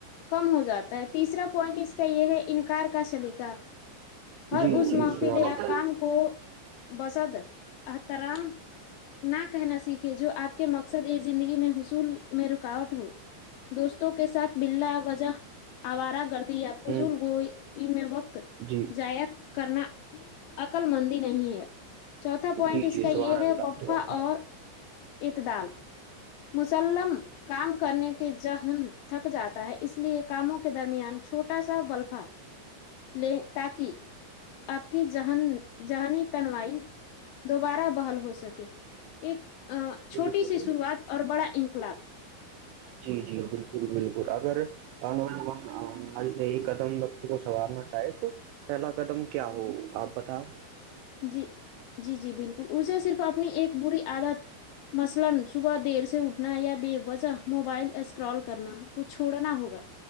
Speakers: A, on the left; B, on the right.
A: کم ہو جاتا ہے تیسرا پوائنٹ اس کا یہ ہے انکار کا سلیقہ ہر
B: جی
A: اس
B: جی
A: محفل
B: سوال
A: یا
B: جی
A: کام کو بسد اترحم <unintelligible> نہ کہنا سیکھے جو آپ کے مقصد یہ زندگی میں حصول میں رکاوٹ ہو دوستوں کے ساتھ بلا وجہ آوارہ گردیا فضول
B: ہ
A: گوئی میں وقت
B: جی
A: جاائیا کرنا عقل مندی نہیں ہے چوتھا پوائنٹ
B: جی
A: اس
B: جی
A: کا
B: سبحان
A: یہ
B: اللہ
A: ہے وقفا
B: سبحان اللہ
A: اور اتدال مسلم کام کرنے کے ذہن تھک جاتا ہے اس لیے ایک کاموں کے درمیان چھوٹا سا بلفا لے تاکہ آپ کی ہنی تنوائی دوبارہ بحل ہو ہو سکے ایک <unintelligible> چھوٹی
B: بالکل
A: سی شروعات اور بڑا انقلاب
B: جی جی بالکل بالکل اگر نوجان آج یہی قدم وقت کو سنوارنا چاہے تو پہلا قدم کیا ہو آپ بتا
A: جی جی جی بالکل <unintelligible> اٹھنا یا بے وجہ موبائل اسکرال کرنا کو چھوڑنا ہوگا